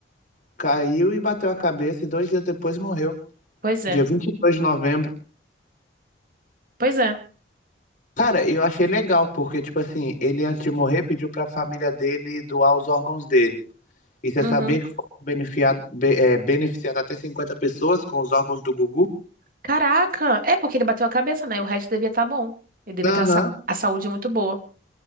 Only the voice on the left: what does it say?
caiu e bateu a cabeça, e dois dias depois morreu.
Dia 22 de novembro.
Cara, eu achei legal, porque, tipo assim, ele antes de morrer pediu pra família dele doar os órgãos dele. E você
sabia que foram benefiado- be- é, beneficiadas até 50 pessoas com os órgãos do Gugu?
Aham.